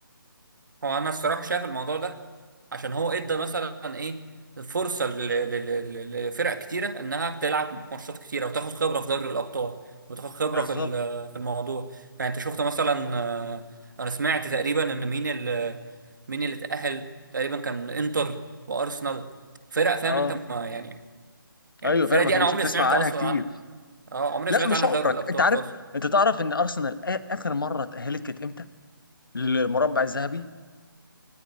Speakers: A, on the right (about 60°); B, on the left (about 70°).
A: هو انا الصراحه شايف الموضوع ده عشان هو ادى مثلا ايه فرصه ل- ل- ل- لفرق كتيره انها تلعب ماتشات كتيره وتاخد خبره في دوري الابطال وتاخد خبره
B: بالظبط
A: في ال- في الموضوع يعني انت شفت مثلا آه، انا سمعت تقريبا ان مين اللي مين اللي اتاهل تقريبا كان انتر وارسنال فرق فاهم
B: اه
A: انت ما يعني يعني
B: ايوه
A: الفرق
B: فعلا
A: دي
B: ما كانتش
A: انا عمري
B: بتسمع
A: سمعت
B: عنها
A: اصلا
B: كتير
A: عنها اه عمري
B: لا
A: سمعت
B: مش
A: عنها
B: عمرك
A: في دوري الابطال
B: انت عارف
A: خالص
B: انت تعرف ان ارسنال آ- اخر مره اتاهلت كانت امتى للمربع الذهبي